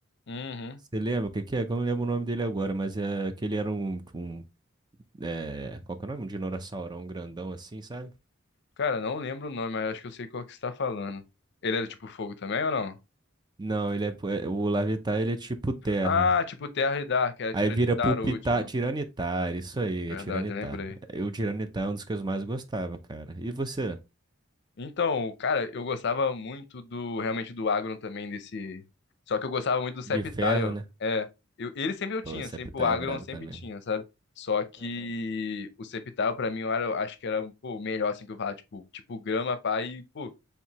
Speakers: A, on the left; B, on the right.
A: Uhum.
B: Você lembra o que que é? Que Eu não lembro o nome dele agora, mas é que era um, um é, qual que é o nome? Um dinossaurão grandão assim, sabe?
A: Cara, não lembro o nome, mas acho que eu sei qual que você tá falando. Ele era tipo fogo também ou não?
B: Não, ele é, po- é- o Larvitar, ele é tipo terra.
A: Ah, tipo Terra e Dark, era
B: Aí
A: Tiranitar
B: vira Pulpitar,
A: o último.
B: Tiranitar, isso aí,
A: Verdade,
B: é Tiranitar.
A: eu lembrei.
B: Eu, Tiranitar é um dos que eu mais gostava, cara. E você?
A: Então, cara, eu gostava muito do, realmente do Agron também, desse... Só que eu gostava muito do Sceptile.
B: De ferro, né?
A: É, eu, ele sempre eu tinha,
B: Pô, Septar
A: sempre o Agron
B: é brabo
A: eu sempre
B: também.
A: tinha, sabe? Só que
B: Aham.
A: o Sceptile pra mim eu era, acho que era, pô, o melhor, assim, que eu falava, tipo, tipo grama, pá, e, pô,